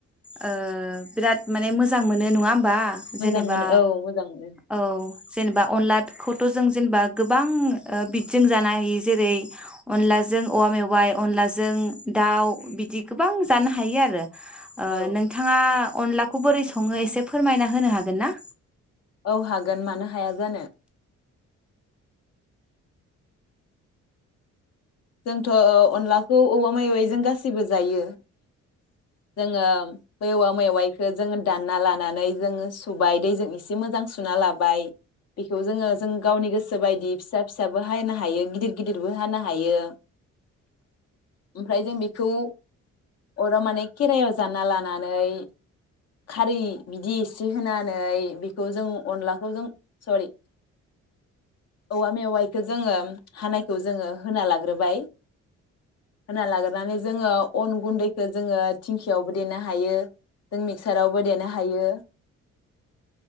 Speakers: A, in the centre; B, on the left.
A: ओ बिराद माने मोजां मोनो नङा होम बा
B: मोजां
A: जेनेबा
B: मोनो औ मोजां मोनो
A: औ जेनेबा अनलाखौथ' जों जेनेबा गोबां ओ बिदजों जानो हायो जेरै अनलाजों औवा मेवाइ अनलाजों दाउ बिदि गोबां जानो हायो आरो
B: औ
A: नोंथाङा अनलाखौ बोरै सङो एसे फोरमायना होनो हागोन ना
B: औ हागोन मानो हाया जानो जोंथ' अनलाखौ औवा मवाइजों गासिबो जायो जोङो बवा मेवाइखो जोङो दानना लानानै जोङो सुबाय दैजों एसे मोजां सुना लाबाय बेखौ जोङो जों गावनि गोसो बायदि फिसा फिसाबो हानो हायो गिदिर गिदिरबो हानो हायो ओमफ्राय जों बेखौ अराव माने खेरायाव जाना लानानै खारै बिदि एसे होनानै बेखौ जों अनलाखौ जों सरि औवा मेवाइखौ जोङो हानायखौ जोङो होना लाग्रोबाय होना लाग्रोनानै जोङो अन गुन्दैखौ जोङो थिंखियावबो देनो हायो जों मिक्सारावबो देनो हायो